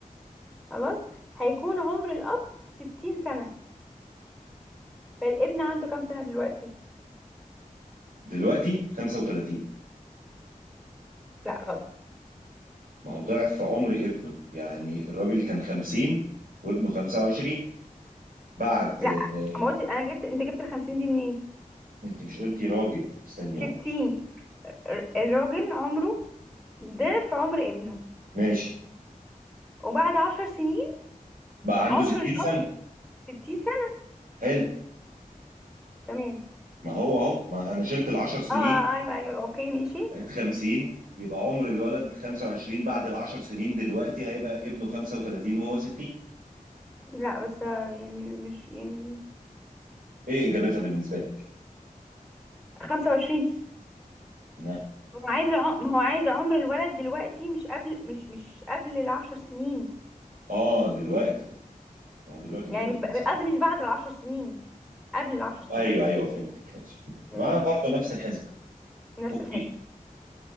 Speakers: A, in the centre; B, on the right.
A: خلاص هيكون عمر الاب ستين سنه فالابن عنده كام سنه دلوقتي
B: دلوقتي 35
A: لا
B: ما هو ضعف في عمر ابنه يعني الراجل كان 50 وابنه 25 بعد
A: لا
B: آه،
A: ما قلت انا جبت انت جبت ال 50 دي منين
B: انت مش قلتي راجل استني اهو
A: 60 الر- الراجل عمره ضعف عمر ابنه
B: ماشي
A: وبعد 10 سنين
B: بقى عنده
A: عمر
B: 60
A: الاب
B: سنة
A: 60 سنه
B: حلو
A: تمام
B: ما هو اهو ما انا شلت ال 10 سنين
A: اه آه، ايوه ايوه اوكي ماشي
B: بقت 50 يبقى عمر الولد 25 بعد ال 10 سنين دلوقتي هيبقى ابنه 35 وهو 60
A: لا بس آه، يعني مش يعني
B: ايه اجابتها بالنسبة لك؟
A: 25
B: لا.
A: ما هو عايز الع... ما هو عايز عمر الولد دلوقتي مش قبل مش مش قبل ال 10 سنين
B: اه دلوقتي ما هو دلوقتي المفروض
A: يعني مش
B: يبقى
A: ب-
B: 35
A: قصدي مش بعد ال 10 سنين قبل ال 10 سنين
B: ايوه ايوه فهمتك ماشي
A: تمام
B: يبقى برضه نفس الحسبة
A: نفس
B: اوكي
A: الحزب